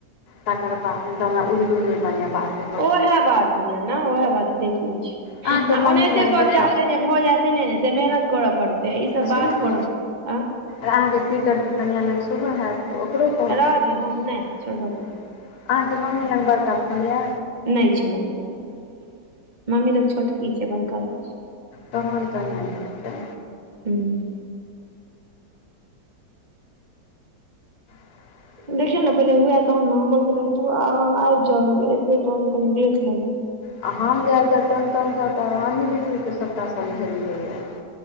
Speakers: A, on the left; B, on the right.
A: तकर बाद तऽ हमरा उल्लू नय बनेबाक अइछ
B: ओएह बात य ने ओएह बात देख ले छी
A: अहाँके
B: आ
A: मम्मी
B: ओनाहिते
A: लग
B: सब
A: बड़का
B: चाहते जे भ जैत से नै ने मेहनत करऽ पड़तै ई सब
A: आ सुनू
B: बात
A: ने
B: करऽ आ
A: अहाँके पीटर तऽ कनआ ल सेहो हैत अहाँ
B: रहऽ दियौ हम नहि छोड़ रहऽ दियौ
A: के मम्मी लग बड़का फोन यै
B: नय छै मम्मी लग मम्मी ल छोटकी छै बड़का नय छै
A: तहन तऽ नहि हेतै
B: हूंम्म
A: <inaudible>
B: देखियौ ने पहिले हुए तहन ने हमर गेलौं तू अहाँ आबि जाउ ने एबै तहन कनी देख लेबै
A: आ हम जाए जनि तऽ हमसभ तऽ ही बटीके सभटा समझेलियैए